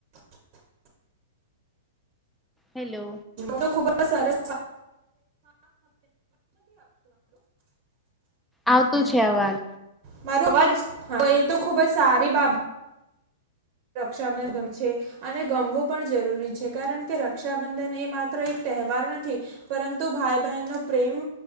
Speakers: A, on the right; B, in the centre.
A: <unintelligible> <inaudible>
B: હેલો
A: તો ખુબ જ સરસ <inaudible>
B: આવતો છે અવાજ.
A: મારો અવાજ એ તો ખુબ જ સારી બાબત. રક્ષાબંધન ગમ છે અને ગમવું પણ જરૂરી છે કારણ કે રક્ષાબંધન એ માત્ર એક તહેવાર નથી પરંતુ ભાઈ બહેનનો પ્રેમ